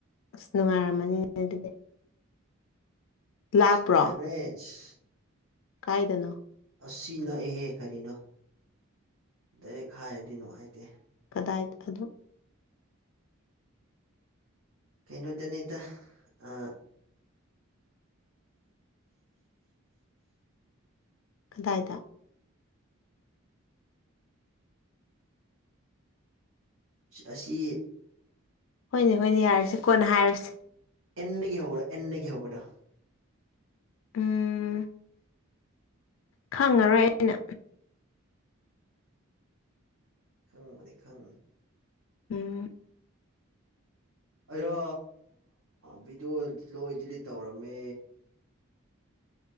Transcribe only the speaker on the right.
ꯁꯅꯨꯡꯉꯥꯏ ꯃꯔꯤꯦꯁ
ꯑꯁꯤ ꯅꯛꯏꯍꯦ ꯀꯔꯤꯅꯣ ꯗꯥꯏꯔꯦꯛ ꯍꯥꯏꯔꯗꯤ ꯅꯨꯡꯉꯥꯏꯇꯦ
ꯀꯩꯅꯣꯗꯅꯤꯗ ꯑ
ꯑꯁꯤ
ꯑꯦꯟꯗ ꯒꯤ ꯍꯧꯕꯗꯣ ꯑꯦꯟꯗ ꯒꯤ ꯍꯧꯕꯗꯣ
ꯈꯪꯕꯨꯗꯤ ꯈꯪꯕꯅꯤ
ꯑꯩꯌꯥ ꯚꯤꯗꯤꯑꯣ ꯂꯣꯏ ꯗꯤꯂꯤꯠ ꯇꯧꯔꯝꯃꯦ